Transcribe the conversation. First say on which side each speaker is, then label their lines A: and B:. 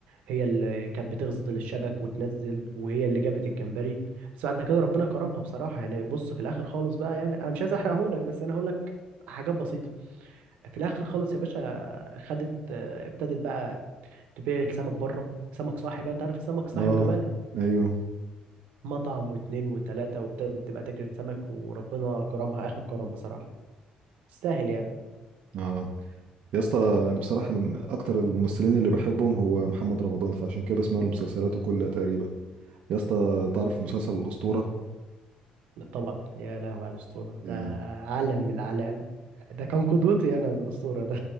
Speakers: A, on the right; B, on the right.
A: هي اللي كانت بتغزل الشبك وتنزل وهي اللي جابت الجمبري بس بعد كده ربنا كرمها بصراحه يعني بص في الاخر خالص بقى يعني انا مش عايز احرقه لك بس انا هقول لك حاجات بسيطه في الاخر خالص يا باشا خدت آه، ابتدت بقى تبيع السمك بره سمك صاحي بقى انت عارف السمك صاحي
B: اه
A: وجماله
B: ايوه
A: مطعم واتنين وتلاته وابتدت تبقى تجري سمك وربنا كرمها اخر كرم بصراحه تستاهل يعني
B: اه يا اسطى انا بصراحه من اكتر الممثلين اللي بحبهم هو محمد رمضان فعشان كده بسمع له مسلسلاته كلها تقريبا يا اسطى تعرف مسلسل الاسطوره
A: طبعا يا لهوي على الاسطوره
B: يعني
A: ده عالم من الاعلام ده كان قدوتي انا الاسطوره ده